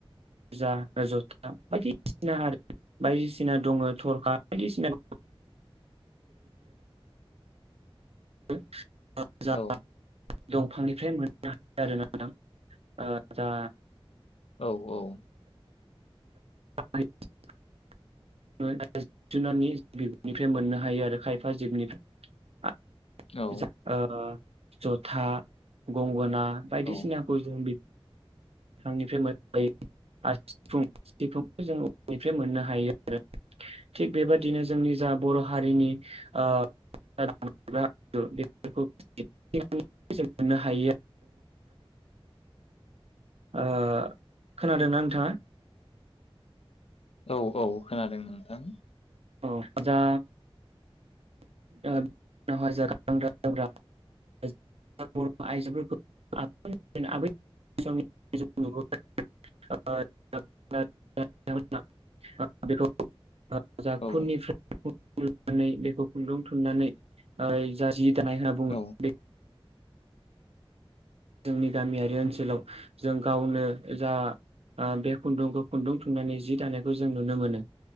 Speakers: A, on the right; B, on the left.
A: सेरजा जथा बायदिसिना हारिमुनि बायदिसिना दङ थरखा बायदिसिना <unintelligible> जा
B: औ
A: दंफांनिफ्राय मोननो हायो आरोना नोंथां ओ दा
B: औ औ
A: <unintelligible> जिब जुनारनि बिगुरनिफ्राय मोननो हायो आरो खायफा जिबनिफ्राय
B: औ
A: ओ जथा गंगना बायदिसिनाखौ
B: औ
A: जो बि बिफांनिफ्राय मोननो हायो आरो सिफुं सिफुंखौ जों औवानिफ्राय मोननो हायो आरो थिग बेबादिनो जोंनि जा बर' हारिनि ओ बेफोरखौनो मोननो हायो। ओ खोनादोंना नोंथाङा?
B: औ औ। खोनादों नोंथां
A: औ आटसा। <unintelligible> <unintelligible> ओ बेखौ जा
B: औ
A: खुनिफ्राय। <unintelligible> बेखौ खुन्दुं थुननानै ओ जा जि दानाय होनना बुङो
B: औ
A: बे जोंनि गामियारि ओनसोलाव जों गावनो जा बे खुन्दुंखौ खुन्दुं थुननानै जि दानायखौ जों नुनो मोनो